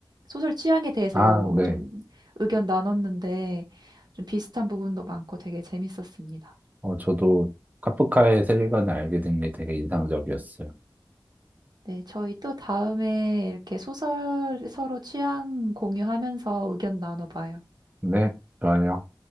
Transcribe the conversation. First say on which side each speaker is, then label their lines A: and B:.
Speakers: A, on the right (about 60°); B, on the right (about 20°).
A: 소설 취향에 대해서
B: 아, 네.
A: 좀 의견 나눴는데 좀 비슷한 부분도 많고 되게 재밌었습니다.
B: 어, 저도 카프카의 세계관을 알게 된 게 되게 인상적이었어요.
A: 네, 저희 또 다음에 이렇게 소설 서로 취향 공유하면서 의견 나눠봐요.
B: 네. 좋아요.